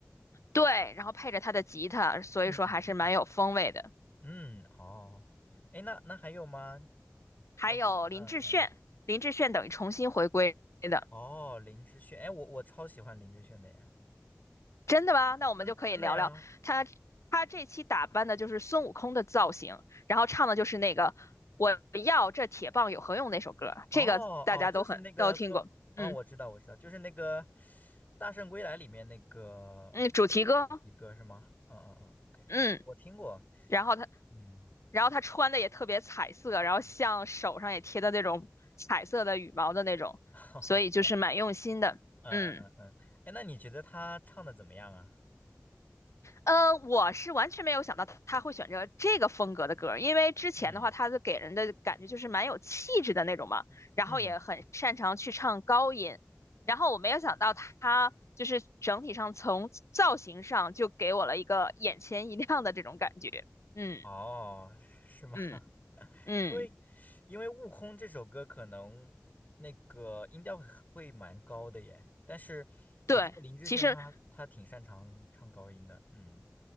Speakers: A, on the left; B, on the left.
A: 对，然后配着他的吉他，所以说还是蛮有风味的。
B: 嗯嗯嗯嗯嗯哦，哎，那那还有吗？
A: 还有林志炫，
B: 要不，嗯嗯，
A: 林志炫等于重新回归。的。
B: 哦，林志炫，哎，我我超喜欢林志炫的耶，
A: 真的吗？那我们就可以聊聊他。
B: 真真的呀，
A: 他这期打扮的就是孙悟空的造型，然后唱的就是那个“我要这铁棒有何用”那首歌，
B: 哦哦，
A: 这个大家都很都听过。
B: 就是那个松，嗯，
A: 嗯
B: 我知道我知道，就是那个《大圣归来》里面那个
A: 嗯，主题歌。
B: 主题歌是吗？嗯嗯嗯，OK，
A: 嗯，
B: 我听过，
A: 然后他，
B: 嗯，
A: 然后他穿的也特别彩色，然后像手上也贴的那种彩色的羽毛的那种，
B: <laughs> 哈哈是吗？
A: 所以就是蛮用心的。
B: 嗯嗯嗯嗯，
A: 嗯。
B: 哎，那你觉得他唱的怎么样啊？
A: 呃，我是完全没有想到他会选择这个风格的歌儿，因为之前的话，
B: 嗯
A: 他的给人的感觉就是蛮有气质的那种嘛，然后也很擅长去唱高音，
B: 嗯，
A: 然后我没有想到他就是整体上从造型上就给我了一个眼前一亮的这种感觉，嗯
B: 哦，是吗？
A: 嗯
B: <laughs>
A: 嗯，
B: 因为因为《悟空》这首歌可能那个音调很会蛮高的耶，但是我知道林志炫他他挺擅长唱高音的，
A: 对，其实
B: 嗯，